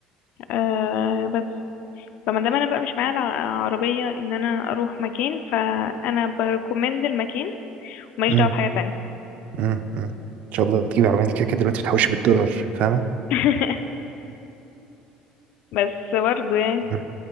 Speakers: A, on the left; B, on the right.
A: أه بس فما دام انا بقى مش معايا الع- عربية ان انا اروح مكان فانا بريكومند المكان وماليش
B: مم.
A: دعوة بحاجة تانية
B: مم. مم. ان شاء الله تجيبي عربية انت كده كده دلوقتي بتحوشي بالدولار فاهمة
A: <laughs> بس برضه يعني
B: مم.